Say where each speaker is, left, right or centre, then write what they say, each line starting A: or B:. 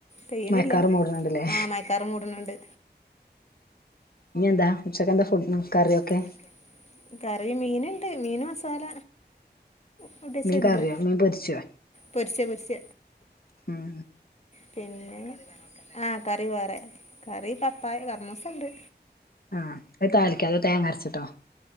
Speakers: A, on the left; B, on the left.
A: പെയ്യ്ണില്ല
B: മഴക്കാറ് മൂടുന്നുണ്ട്ല്ലേ
A: ആഹ് മയക്കാർ മൂട്ണൂണ്ട്.
B: ഞ്ഞിന്താ ഉച്ചക്കെന്താ ഫുഡ് കറിയൊക്കെ
A: കറി ഒക്കെ കറി മീന്ണ്ട് മീന് മസാല കൂട്ടിവെച്ചിട്ടുണ്ട്
B: മീൻ കറിയോ മീൻ പൊര്ച്ചേ
A: പൊരിച്ച പൊരിച്ച
B: മ്
A: പിന്നെ ആഹ് കറി വേറെ. കറി പപ്പായ കർമൂസണ്ട്.
B: ആഹ് അത് താളിക്കേ അതോ തേങ്ങര്ച്ച്ട്ടോ